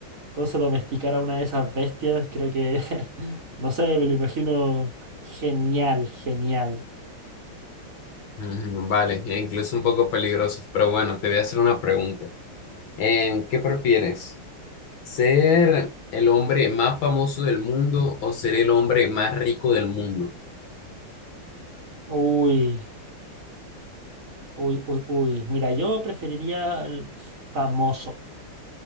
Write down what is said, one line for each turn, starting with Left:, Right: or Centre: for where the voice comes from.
Right: Entonces domesticar a una de esas bestias, creo que, <laughs> no sé, me lo imagino genial, genial.
Left: Ujú, Vale, e incluso un poco peligrosos, pero bueno, te voy a hacer una pregunta. Em, ¿qué prefieres? ¿Ser el hombre más famoso del mundo o ser el hombre más rico del mundo?
Right: Uy, uy, uy, uy. Mira, yo preferiría el famoso.